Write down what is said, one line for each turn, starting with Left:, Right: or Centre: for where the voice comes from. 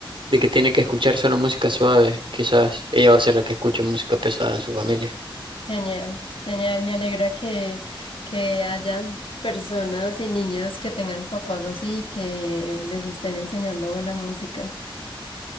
Right: de que tiene que escuchar solo música suave. Quizás ella va a ser la que escuche música pesada en su familia.
Left: Genial, genial. Me alegra que, que hayan personas y niños que tengan papás así y que les estén enseñando buena música.